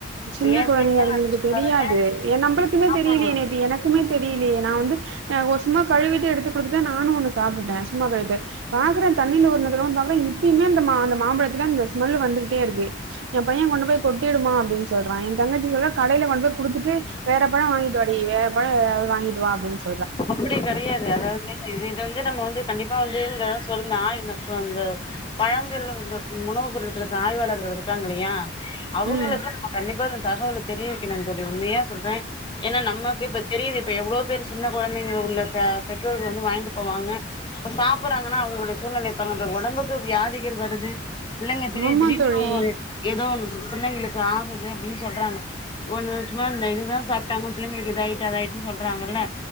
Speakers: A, on the right; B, on the left.
A: சின்ன
B: ஏ
A: கொழந்தைங்க
B: பிள்ளைங்கலா
A: அதுகளுக்கு
B: நெனச்சு
A: தெரியாது
B: பாருங்க
A: ஏ நம்பளுக்குமே
B: ஆமா
A: தெரியலயே நேத்து எனக்குமே தெரியலேயே நா வந்து ஆஹ் ஒ சும்மா கழுவிட்டு எடுத்து குடுத்துட்டே நானு ஒன்னு சாப்ட்டுட்டே சும்மா கழுவிட்டு பாகுறே தண்ணில உர்ன்னததா பாக்குறே இப்பையுமே அந்த மா அந்த மாம்பழத்துல அந்த ஸ்மெல்லு வந்துகிட்டே இருக்கு எ பைய கொண்டு போய் கொட்டிடுமா அப்டின் சொ சொல்றா எ தங்கச்சி சொல்றா கடைல கொண்டு போய் குடுத்துட்டு வேற பழ வாங்கிட்டு வாடி வேற பழ எதாவ்து வாங்கிட்டு வா அப்டின் சொ
B: அப்டி கெடையாது அதாவ்து இது இத வந்து நம்ம வந்து கண்டிப்பா வந்து இத சொல்னா இந்த அந்த பழங்கள்ல வந்த உணவு பொருட்களுக்கு ஆய்வாளர்கள் இருக்காங்கலையா அவுங்களுக்கு
A: ம்
B: நம்ம கண்டிப்பா இந்த தகவல தெரியவைக்கனு தோழி உண்மையா சொல்றே ஏனா நம்மக்கு இப்ப தெரியிது இப்ப எவ்ளோ பேரு சின்னக் கொழந்தைங்களுக்குள்ள பா பெற்றோர்கள் வந்து வாய்ன்ட்டு போவாங்க அப்ப சாப்புறாங்கனா அவுங்களுடைய சூழ்நெலைய பார்ங்க அந்த ஒடம்புக்கு வியாதிகள் வருது பிள்ளைங்க திடீர்
A: ஆமா
B: திடீர்னு
A: தோழி
B: ஓரு எதோ ஒன்னு குரு பிள்ளைங்களுக்கு ஆகுது அப்டின் சொல்றாங்க ஒன்னு சும்மா இந்த இதுதா சாப்டாங்க பிள்ளைங்களுக்கு இது ஆய்ட்டு அதாய்ட்டுன் சொல்றாங்கள்ல